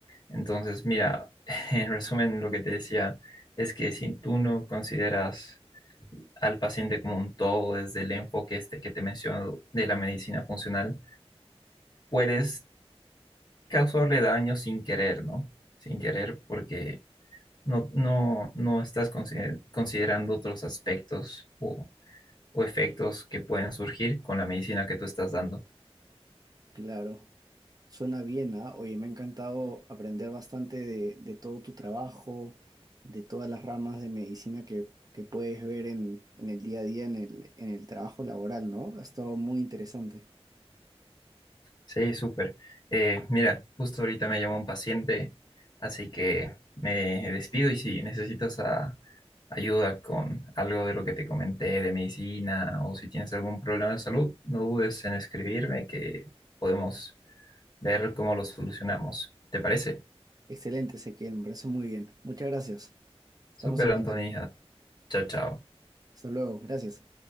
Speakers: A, on the left; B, on the right.
A: Entonces, mira, <laughs> en resumen, lo que te decía es que si tú no consideras al paciente como un todo desde el enfoque este que te menciono de la medicina funcional, puedes causarle daño sin querer, ¿no? Sin querer porque no, no, no estás consider- considerando otros aspectos o, o efectos que pueden surgir con la medicina que tú estás dando.
B: Claro, suena bien, ¿ah? Oye, me ha encantado aprender bastante de, de todo tu trabajo, de todas las ramas de medicina que, que puedes ver en, en el día a día, en el, en el trabajo laboral, ¿no? Ha estado muy interesante.
A: Sí, súper. Eh, mira, justo ahorita me llamó un paciente, así que me despido y si necesitas ah, ayuda con algo de lo que te comenté de medicina o si tienes algún problema de salud, no dudes en escribirme que podemos ver cómo lo solucionamos. ¿Te parece?
B: Excelente, Ezequiel, me parece muy bien. Muchas gracias. Estamos
A: Súper,
B: en
A: Anthony.
B: contacto.
A: Ah, Chao, chao.
B: Hasta luego, gracias.